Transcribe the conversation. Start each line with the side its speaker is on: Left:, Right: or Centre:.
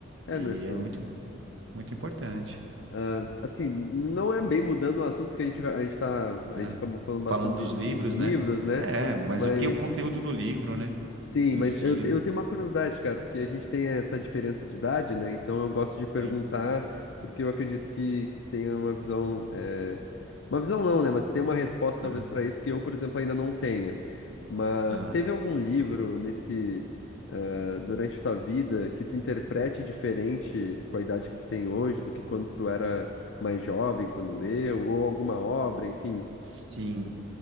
Left: Emerson,
Right: e é muito, muito importante.
Left: ah, assim, não é bem mudando o assunto, porque a gente, a gente tá, a
Right: Aham.
Left: gente acabou falando bastante
Right: Falando dos livros,
Left: de de livros,
Right: né?
Left: né?
Right: É, mas
Left: Mas
Right: o que é o conteúdo do livro, né?
Left: Sim,
Right: Em
Left: mas
Right: si,
Left: eu, te-
Right: né?
Left: eu tenho uma curiosidade, cara, porque a gente tem essa diferença de idade, né? Então eu gosto de perguntar,
Right: Sim.
Left: porque eu acredito que, que tu tenha uma visão. é, Uma visão não, né? Mas tu tem uma resposta talvez
Right: Aham.
Left: pra isso que eu, por exemplo, ainda não tenha. Mas
Right: Tá.
Left: teve algum livro nesse ah, durante tua vida que tu interprete diferente com a idade que tu tem hoje do que quando tu era mais jovem, quando leu, ou alguma obra, enfim.
Right: Sim.